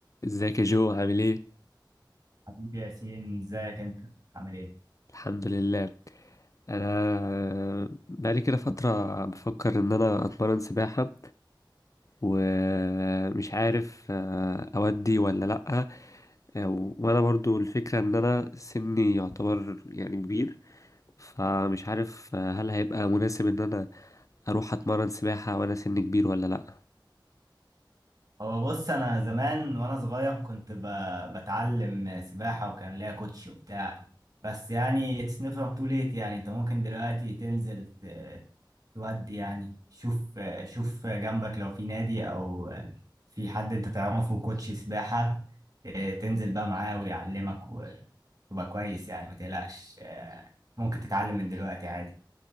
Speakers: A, on the left; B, on the right.
A: ازيك يا جو عامل ايه
B: حبيبي ياسين ازيك انت عامل ايه
A: الحمد لله انا بقالي كده فتره بفكر ان انا اتمرن سباحه ومش عارف آه، اودي ولا لا آه، وانا برضو الفكره ان انا سني يعتبر يعني كبير فمش عارف آه، هل هيبقى مناسب ان انا اروح اتمرن سباحه وانا سني كبير ولا لا
B: هو بص انا زمان وانا صغير كنت ب... بتعلم سباحه وكان ليا كوتش وبتاع بس يعني اتس نيفر تو ليت يعني انت ممكن دلوقتي تنزل ت... تودي يعني شوف شوف جنبك لو في نادي او في حد انت تعرفه كوتش سباحه اه، تنزل بقى معاه ويعلمك وتبقى كويس يعني ما تقلقش اه، ممكن تتعلم من دلوقتي عادي